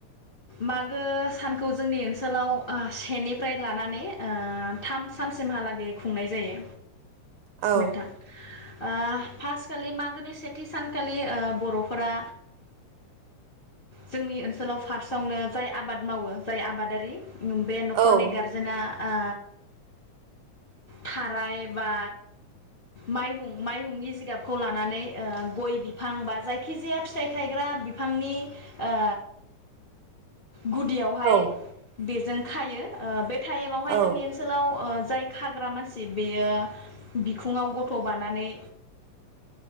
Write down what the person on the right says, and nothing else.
औ
औ
औ
औ